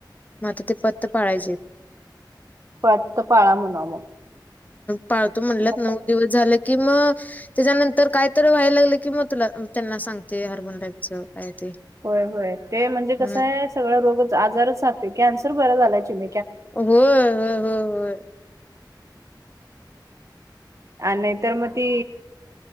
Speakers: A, on the left; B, on the right.
A: मात्र ते पत्त पाळायचे.
B: फक्त पाळा म्हणाव मग
A: पाळतो म्हणल्यात
B: मग
A: नऊ
B: काय?
A: दिवस झालं की मग त्याच्यानंतर कायतरी व्हायला लागलं की मग तुला त्यांना सांगते हरमनराचं काय ते
B: होय होय ते म्हणजे कसं
A: हम्म
B: आहे सगळ रोग आजारच राातो कॅन्सर बरा्या झालायची म
A: होय होय होय होय.
B: आणि नाहीतर मग ती